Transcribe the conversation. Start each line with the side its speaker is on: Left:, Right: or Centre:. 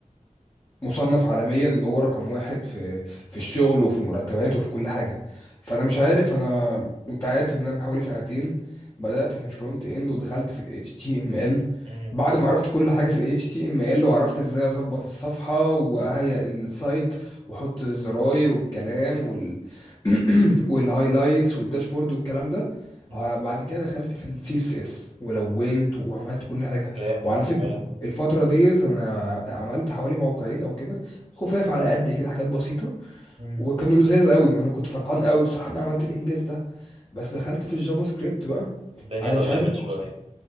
Left: مصنف عالميا ان هو رقم واحد في في الشغل وفي مرتباته وفي كل حاجه فانا مش عارف انا انت عارف ان انا من حوالي سنتين بدات في الفرونت اند ودخلت في ال HTML
Right: مم،
Left: بعد
Right: مم،
Left: ما عرفت كل حاجه في ال HTML وعرفت ازاي اظبط الصفحه وهيئ السايت واحط الزراير والكلام وال <clears throat> والهايلايتس والداشبورد والكلام ده
Right: مم.
Left: ع- بعد كده دخلت في السي اس اس ولونت وعملت كل حاجه
Right: جامد
Left: وعلى فكرة
Right: جامد
Left: الفترة ديت أنا عملت حوالي موقعين أو كده خفاف على قد كده حاجات بسيطة
Right: مم.
Left: وكانوا لذاذ قوي يعني أنا كنت فرحان قوي بصراحة إن أنا عملت الإنجاز ده بس دخلت في الجافا سكريبت بقى
Right: الدنيا
Left: أنا
Right: ظلمت
Left: مش عارف أنت
Right: شوية
Left: وصلت